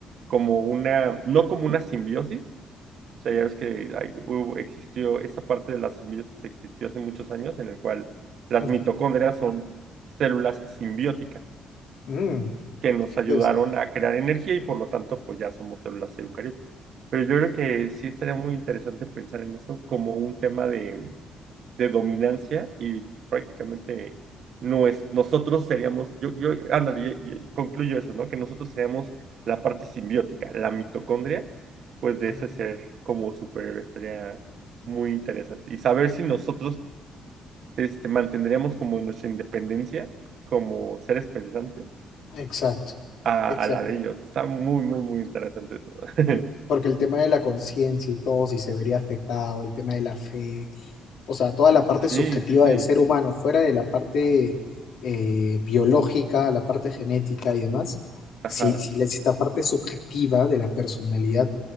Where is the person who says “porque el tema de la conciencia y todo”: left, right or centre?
Left